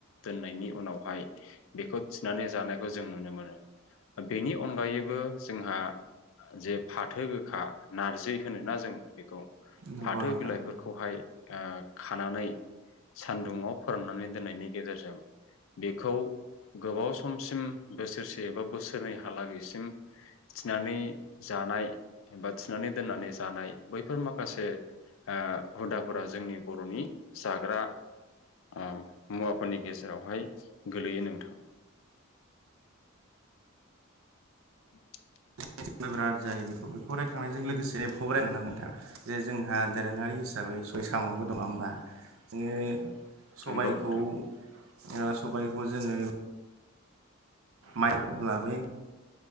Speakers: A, on the left; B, on the right.
A: दोननायनि उनावहाय बेखौ थिनानै जानायखौ जों नुनो मोनो। बेनि अनगायैबो जोंहा जे फाथो गोखा नारजि होनोना जों बेखौ
B: नंगौ
A: फाथो
B: नोंथां
A: बिलाइफोरखौहाय ओ खानानै सानदुंआव फोराननानै दोननायनि गेजेरजों बेखौ गोबाव समसिम बोसोरसे एबा बोसोरनैहालागैसिम थिनानै जानाय एबा थिनानै दोननानै जानाय बैफोर माखासे ओ हुदा फोरा जोंनि बरनि जाग्रा ओ मुवाफोरनि गेजेरावहाय गोग्लोयो नोंथां। <inaudible>
B: <unintelligible> बिराद जायो बेखौ बेखौ रायखांनायजों लोगोसे बेखौबो रायखां नांगोन नोंथां जे जोंहा दोरोङारि हिसाबै सबाय सामबो दङ होमबा जोङो सबायखौ
A: नंगौ नोंथां
B: ओ सबायखौ जोङो माइरं थफ्ला बे